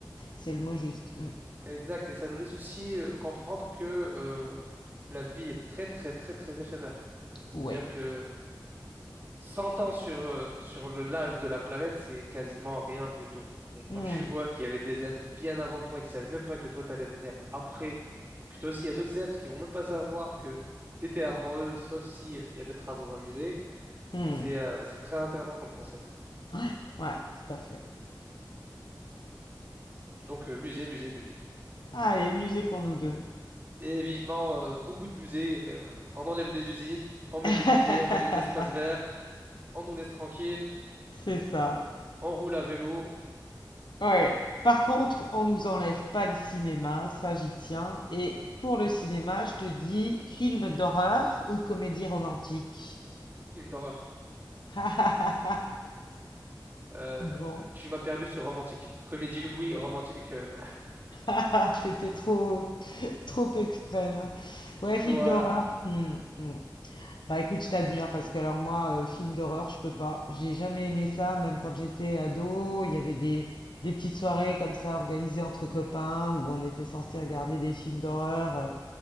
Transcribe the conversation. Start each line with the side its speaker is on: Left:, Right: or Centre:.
Left: C'est le mot juste. Mm.
Right: exact. Et ça nous laisse aussi euh, comprendre que euh, la vie est très, très, très, très éphémère. C'est-à-dire
Left: Oui.
Right: que 100 ans sur, euh, sur le- l'âge de la planète, c'est quasiment rien du tout. Donc, quand
Left: Mm.
Right: tu vois qu'il y avait des êtres bien avant toi et qui ne savaient même pas que toi, tu allais venir après, et que toi aussi, il y a d'autres êtres qui vont même pas savoir que tu étais avant eux, sauf si euh, il y a tes traces dans un musée,
Left: Mm.
Right: c'est euh, c'est très intéressant comme concept.
Left: Ouais, ouais, tout à fait.
Right: Donc, euh, musée, musée, musée.
Left: Allez, musée pour nous deux.
Right: Et vivement, euh, beaucoup de musées. euh, on enlève les usines, on met
Left: <laughs>
Right: des musées, on met des espaces verts, on nous laisse tranquilles,
Left: C'est ça.
Right: on roule à vélo.
Left: Ouais. Par contre, on nous enlève pas le cinéma, ça j'y tiens. Et pour le cinéma, je te dis film d'horreur ou comédie romantique.
Right: Film d'horreur.
Left: <laughs>
Right: Euh,
Left: Bon.
Right: tu m'as perdu sur romantique. Comédie, oui, romantique. euh,
Left: <laughs> C'était trop, trop extrême.
Right: <laughs>
Left: Ouais, film
Right: voilà.
Left: d'horreur. Hmm, hmm. Bah écoute, je t'admire parce que alors moi, euh, film d'horreur, je peux pas. J'ai jamais aimé ça, même quand j'étais ado. Il y avait des, des petites soirées comme ça organisées entre copains où on était censé regarder des films d'horreur. euh,